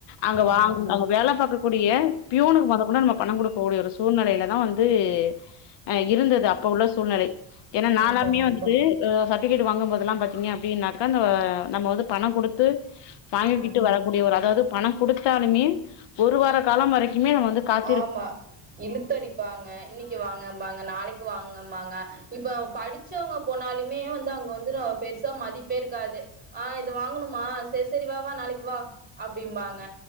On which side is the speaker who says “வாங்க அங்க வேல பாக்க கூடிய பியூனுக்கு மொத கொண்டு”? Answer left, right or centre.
Left